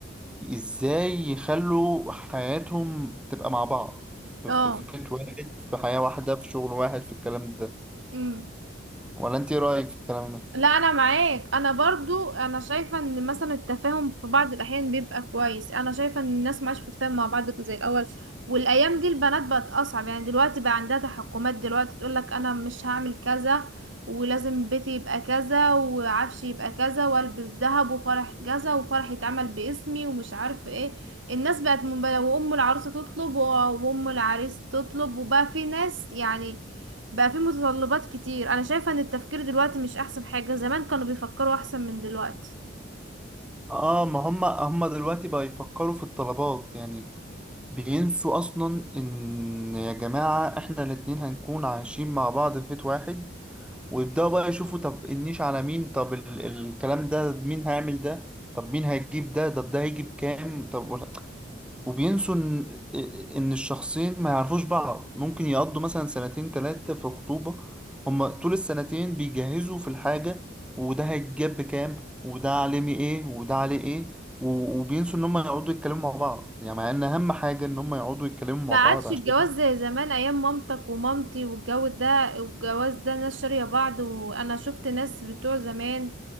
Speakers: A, in the centre; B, on the right.
A: ازاي يخلوا حياتهم تبقى مع بعض في,
B: اه
A: في, في بيت واحد في حياة واحدة في شغل واحد في الكلام ده
B: مم.
A: ولا انت ايه رأيك في الكلام ده
B: لا انا معاك انا برضو انا شايفه ان مثلا التفاهم في بعض الاحيان بيبقى كويس انا شايفه ان الناس ما عادش بتتفاهم مع بعض زي الاول والايام دي البنات بقت اصعب يعني دلوقتي بقى عندها تحكمات دلوقتي تقول لك انا مش هعمل كذا ولازم بيتي يبقى كذا وعفشي يبقى كذا والبس ذهب وفرح كذا وفرح يتعمل باسمي ومش عارف ايه الناس بقت منبه- وام العروسه تطلب وام العريس تطلب وبقى في ناس يعني بقى في متطلبات كتير انا شايفة ان التفكير دلوقتي مش احسن حاجة زمان كانوا بيفكروا احسن من دلوقتي
A: اه ما هم هم دلوقتي بقى يفكروا في الطلبات يعني بينسوا اصلا ان يا جماعة احنا الاتنين هنكون عايشين مع بعض في بيت واحد ويبدأوا بقى يشوفوا طب النيش على مين طب ال الكلام ده مين هيعمل ده طب مين هيجيب ده طب ده هيجيب كام طب وبينسوا ان إن الشخصين ما يعرفوش بعض ممكن يقضوا مثلا سنتين ثلاثة في خطوبة هما طول السنتين بيجهزوا في الحاجة وده هيتجاب بكام وده علمي ايه وده عليه ايه و- وبينسوا ان هما يقعدوا يتكلموا مع بعض يعني مع ان اهم حاجة ان هما يقعدوا يتكلموا مع
B: ما
A: بعض
B: عادش
A: عشان
B: الجواز زي زمان ايام مامتك ومامتي والجو ده والجواز ده ناس شارية بعض وانا شفت ناس بتوع زمان